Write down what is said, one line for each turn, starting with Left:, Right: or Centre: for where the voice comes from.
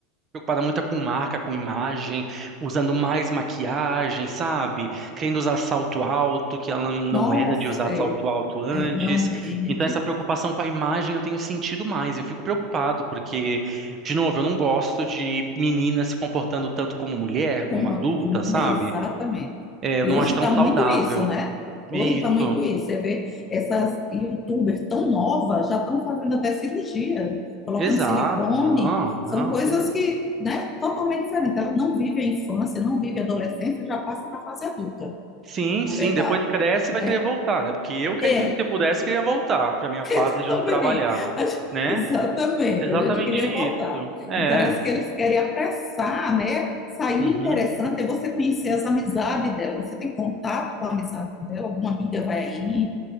Right: preocupada muito com marca, com imagem, usando mais maquiagem, sabe? Querendo usar salto alto, que ela não
Left: Nossa,
Right: era de usar
Left: é,
Right: salto alto antes.
Left: é realmente.
Right: Então, essa preocupação com a imagem eu tenho sentido mais. Eu fico preocupado, porque, de novo, eu não gosto de menina se comportando tanto como mulher,
Left: com
Right: como adulta,
Left: a com mulher,
Right: sabe?
Left: exatamente.
Right: É, eu
Left: E
Right: não
Left: hoje
Right: acho
Left: está
Right: tão saudável.
Left: muito isso, né?
Right: Isso.
Left: Hoje está muito isso. Você vê essas youtubers tão novas, já estão fazendo até cirurgia, colocando
Right: Exato.
Left: silicone.
Right: Não,
Left: São
Right: não,
Left: coisas
Right: que
Left: que, né, totalmente diferentes. Elas não vivem a infância, não vivem a adolescência, já passa para a fase adulta,
Right: Sim,
Left: na
Right: sim,
Left: verdade,
Right: depois cresce e
Left: né?
Right: vai querer voltar, né? Porque eu queria
Left: É,
Right: que se pudesse queria voltar para minha fase
Left: <laughs>
Right: de
Left: Também,
Right: não trabalhar,
Left: a gente-
Right: né?
Left: exatamente,
Right: Exatamente
Left: a gente queria
Right: isso.
Left: voltar.
Right: É.
Left: E parece que eles querem apressar, né? Sair
Right: uhum.
Left: interessante é você conhecer as amizades dela. Você tem contato com a amizade dela? Alguma amiga vai aí?